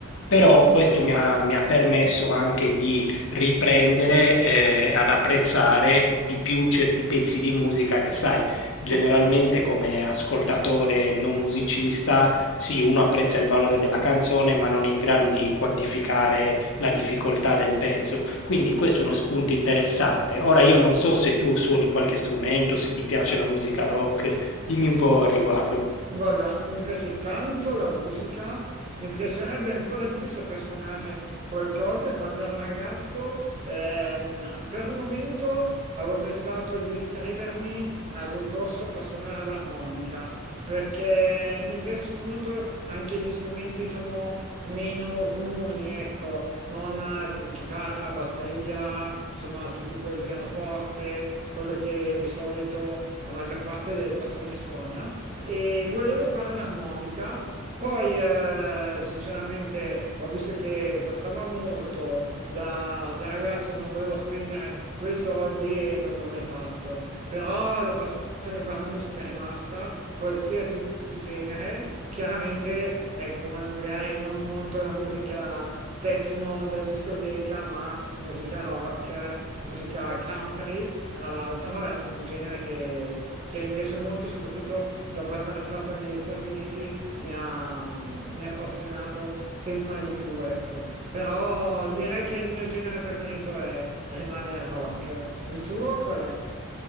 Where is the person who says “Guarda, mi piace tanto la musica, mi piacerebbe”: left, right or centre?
Right